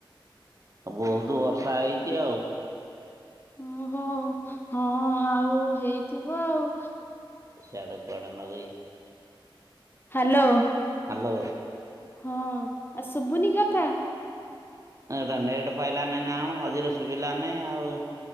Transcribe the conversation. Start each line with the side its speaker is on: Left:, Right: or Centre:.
Right: ବହୁତୁ ବର୍ଷା ହେଇଚି ଆଉ।
Left: ଓହୋ ହଁ ଆଉ ହେଇଥିବ ଆଉ।
Right: ସିଆଡେ କୁଆଡେ ଲଗେଇଚି
Left: ହ୍ୟାଲୋ
Right: ହାଲୋ
Left: ହଁ ଆଉ ଶୁବୁନି କଥା।
Right: ଏଟା ନେଟ୍ ପାଇଲା ନାଇଁ ନାଁ କଣ ମଝିରେ ସୁବିଲା ନାହିଁ ଆଉ।